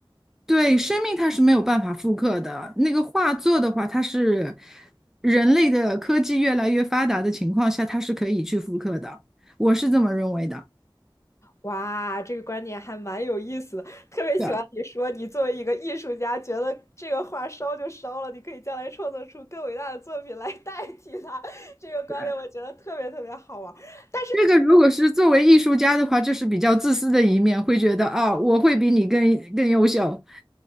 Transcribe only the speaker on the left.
哇，这个观点还蛮有意思的，特别喜欢你说，
你作为一个艺术家，觉得这个画烧就烧了，你可以将来创作出更伟大的作品来代替它。这个观点我觉得特别特别好玩但是